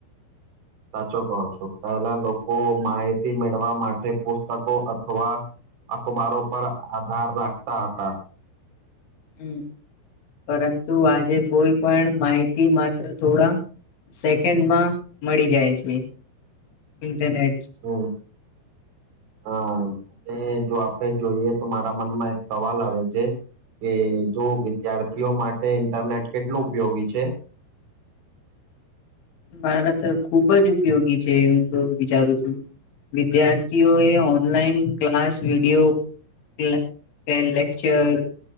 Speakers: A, on the right (about 65°); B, on the left (about 70°).
A: સાચો કહો છો, પહેલા લોકો માહિતી મેળવા માટે પુસ્તકો અથવા અખબારો પર આધાર રાખતા હતા.
B: હમ, પરંતુ આજે કોઈ પણ માહિતી માત્ર થોડા સેકન્ડમાં મળી જાય છે. ઇન્ટરનેટ
A: હમ, હા. ને જો આપડે જોઈએ, તો મારા મનમાં એક સવાલ આવે છે કે, જો વિદ્યાર્થીઓ માટે ઇન્ટરનેટ કેટલું ઉપયોગી છે?
B: મારા તો ખુબ જ ઉપયોગી છે. હું તો વિચારું છું, વિદ્યાર્થીઓએ ઓનલાઈન ક્લાસ, વિડીયો કે લે કે લેકચર,